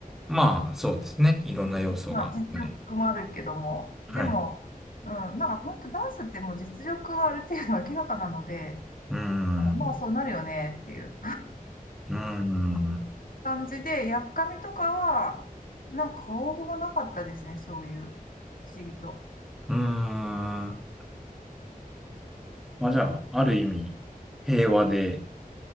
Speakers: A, in the centre; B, on the left.
A: まあ、そうですね。いろんな要素が。
B: うんまあ実力もあるけども、
A: はい。はい。
B: でも、うん、なんか本当ダンスってもう実力はある程度明らかなので、
A: うーん。
B: なんかまあそうなるよねっていう
A: うーん。
B: 感じで、やっかみとかは、なんか方法なかったですね、そういう、不思議と。
A: うーん。まあ、じゃあ、ある意味、平和で、